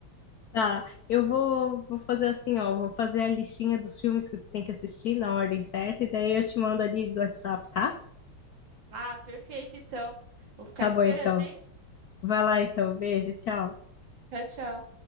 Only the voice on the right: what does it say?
Ah, perfeito, então. Vou ficar
esperando,
hein?
Tchau, tchau.